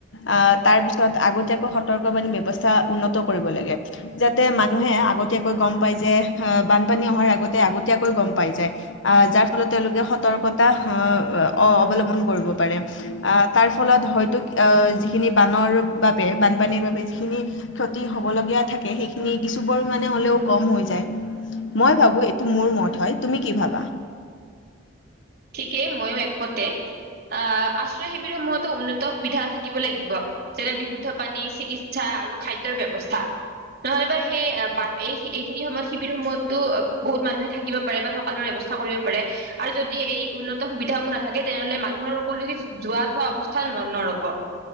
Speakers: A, on the left; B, on the right.
A: আহ তাৰ পিছত আগতীয়াকৈ সতৰ্ক বাণী ব্যয়ৱস্থা উন্নত কৰিব লাগে। যাতে মানুহে আগতীয় গম পাই যে বানপানী অহাৰ আগতে আগতীয়াকৈ গম পাই যায় আহ, যাৰ ফলত তেওঁলোকে সতৰ্কতা আহ, অৱলম্বন কৰিব পাৰে আহ। তাৰ ফলত হয়তো যিখিনি বানৰ বাবে বানপানীৰ বাবে যিখিনি হ'বলীয়া থাকে সেইখিনি কিছু পৰিমাণে হ'লেও কম হৈ যায়। মই ভাবো এইটো মোৰ মত হয় তুমি কি ভাবা?
B: ঠিকেই ময়ো একমতে। আশ্ৰয় শিবিৰ সমূহতো উন্নত সুবিধা থাকিব লাগিব। যেনে বিশুদ্ধ পানী, চিকিৎসা আৰু খাদ্যৰ ব্যৱস্থা। নহ'লেবা সেই এই এইখিনি সময়ত শিবিৰ সময়ততো বহুত মানুহে থাকিব পাৰে বা সকলোৰে ব্যৱস্থা কৰিব পাৰে আৰু যদি এই উন্নত সুবিধাসমূহ নাথাকে তেনেহ'লে মানুহৰ <unintelligible> যোৱা থোৱা অৱস্থা ন নৰ'ব।